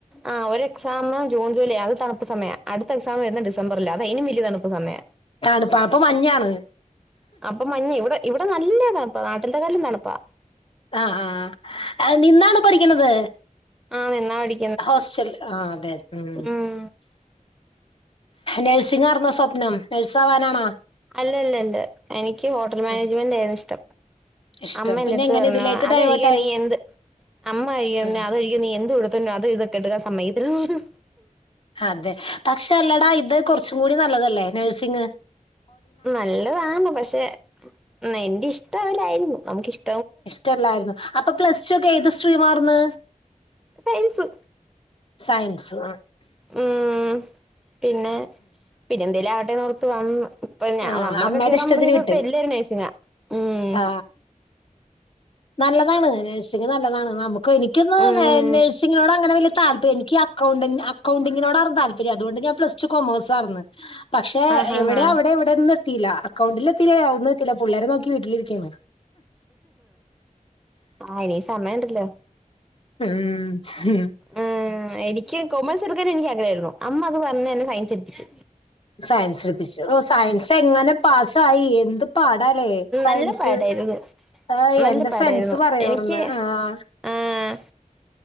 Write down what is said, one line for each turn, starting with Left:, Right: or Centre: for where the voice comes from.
Centre: ആഹ് ഒരു എക്സാം ജൂൺ ജൂലൈ യാ അത് തണുപ്പ് സമയ അടുത്ത എക്സാം വരുന്ന ഡിസംബർലാ അത് അയിലും വലിയ തണുപ്പ് സമയ
Left: തണുപ്പാ അപ്പൊ മഞ്ഞാണ്
Centre: അപ്പൊ മഞ്ഞ് ഇവിടെ ഇവിടെ നല്ല തണുപ്പാ നാട്ടിലത്തെ കാളിലും തണുപ്പാ
Left: ആഹ് ആഹ് നിന്നാണൊ പഠിക്കണത്
Centre: ആഹ് നിന്നാ പഠി
Left: ഹോസ്റ്റൽ ആഹ് അതെ മം
Centre: ഉം
Left: നെഴ്സ് ഇതാർന്നോ സ്വപ്നം നഴ്സാവാനാണാ
Centre: അല്ല ല്ല അല്ല എനിക്ക് ഹോട്ടൽ മാനേജ്മെന്റ്
Left: ഉം
Centre: ആയിരുന്നു ഇഷ്ട്ടം
Left: ഇഷ്ടം
Centre: അമ്മന്റെ
Left: പിന്നെ
Centre: അടുത്ത്
Left: എങ്ങനെ
Centre: പറഞ്ഞു
Left: ഇതിലേക്ക്
Centre: അതൊഴികേ
Left: ഡൈവേർട്ടായി
Centre: നീ എന്ത് അമ്മ
Left: ആ
Centre: ഴി നീ എന്തു വിടുത്തന്ന അത് ഇത്ക്കെടുക്ക സമയിക്കത്തില്ലെന്ന് പറഞ്ഞു
Left: അതെ പക്ഷെ അല്ലടാ ഇത് കുറച്ചും കൂടി നല്ലതല്ലേ നേഴ്സിങ്
Centre: നല്ലതാണ് പക്ഷെ എന്റെ ഇഷ്ട്ടം അതിലായിരുന്നു നമുക്കിഷ്
Left: ഇഷ്ടല്ലാരുന്നു അപ്പൊ പ്ലസ് ടു ഒക്കെ ഏത് ശ്രീമാർന്ന്
Centre: സയൻസ്
Left: സയൻസ് ആഹ്
Centre: മം പിന്നെ പിന്നെ എന്തേല് ആവട്ടെ ന്നോർത്ത് വന്ന് ഇപ്പോ ഞാ
Left: ആ
Centre: നമ്മളൊക്കെ
Left: അമ്മയുടെ
Centre: കേറാൻ
Left: ഇഷ്ടത്തിന്
Centre: തൊങ്ങിയപ്പൊ
Left: വിട്ട്
Centre: ഇപ്പം എല്ലാരും നേയ്സിങ്ങാ ഉം
Left: ആ നല്ലതാണ് നേഴ്സിംഗ് നല്ലതാണ് നമ്മക്ക് എനിക്കൊന്ന്
Centre: ഉം
Left: നേ നേഴ്സിങ്ങിനോട് അങ്ങനെ വല്ല്യ താല്പ്എനിക്ക് അക്കൗ അക്കൗണ്ടിങ്ങിനോടാണ് താല്പര്യം അത് കൊണ്ട് ഞാന് പ്ലസ്ടു കൊമേഴ്സ് ആർന്ന് പക്ഷേ
Centre: ആഹ് ഹാ
Left: ഇവടെ
Centre: ഹാ
Left: അവടെ ഇവടെ വി <unintelligible> എത്തില്ല അക്കൗണ്ടിലും എത്തില്ലാ എവടെയും എത്തില്ലാ പിള്ളേരെ നോക്കി വീട്ടിലിരിക്ക്യാ
Centre: ആഹ് ഇനി സമയം ഉണ്ടല്ലോ
Left: ഉം ഉം
Centre: ഉം എനിക്ക് കോമേഴ്സ് എടുക്കാന് എനിക്ക് ആഗ്രഹം ആര്ന്നു അമ്മ അത് പറഞ്ഞ് എന്നെ സയൻസ് എടിപ്പിച്ചു
Left: സയൻസ് എടുപ്പിച്ചു ഓ സയൻസ് എങ്ങനെ പാസ്സായി എന്ത് പാടാല്ലോ സയൻസ്
Centre: നല്ല പാടായിരുന്നു
Left: ആഹ്
Centre: നല്ല
Left: എൻ്റെ
Centre: പാടായിരുന്നു
Left: ഫ്രണ്ട്സ് പറയോറന്ന്
Centre: എനിക്ക്
Left: ആഹ്
Centre: ആഹ്